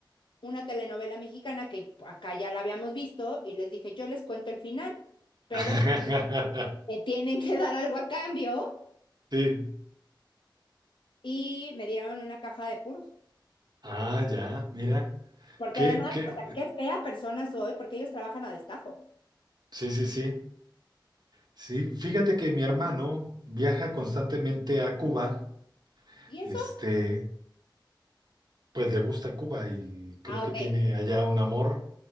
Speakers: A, on the left; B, on the right.
A: una telenovela mexicana que acá ya la habíamos visto y les dije, yo les cuento el final, pero
B: <laughs>
A: me tienen que dar algo a cambio
B: Sí.
A: y me dieron una caja de puros.
B: Ah, ya, mira.
A: Porque
B: ¿Qué,
A: además,
B: qué?
A: o sea, qué fea persona soy porque ellos trabajan a destajo.
B: Sí, sí, sí. Sí, fíjate que mi hermano viaja constantemente a Cuba.
A: ¿Y eso?
B: Este, pues le gusta Cuba y creo
A: Ah,
B: que
A: ok.
B: tiene allá un amor.